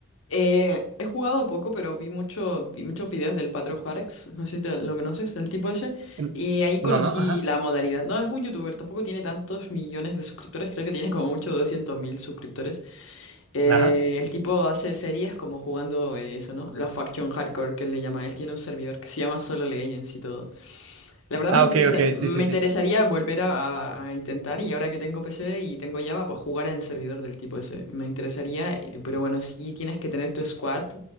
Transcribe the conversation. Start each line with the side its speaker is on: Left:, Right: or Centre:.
Left: Eh, he jugado poco, pero vi, mucho, vi muchos videos del Patro Juárez. No sé si te- lo conoces, el tipo ese.
Right: En-
Left: Y ahí conocí
Right: No, no, ajá.
Left: la modalidad. No, es un youtuber, tampoco tiene tantos millones de suscriptores. Creo que tiene como mucho 200 mil suscriptores. Eh,
Right: Ajá.
Left: el tipo hace series como jugando eh, eso, ¿no? La Faction Hardcore, que él le llama. Él tiene un servidor que se llama Solo Legends y todo. La verdad
Right: Ah,
Left: me interesa,
Right: ok, ok,
Left: me
Right: sí, sí,
Left: interesaría
Right: sí.
Left: volver a, a intentar y ahora que tengo PC y tengo Java, pues jugar en el servidor del tipo ese. Me interesaría, eh, pero bueno, sí tienes que tener tu squad,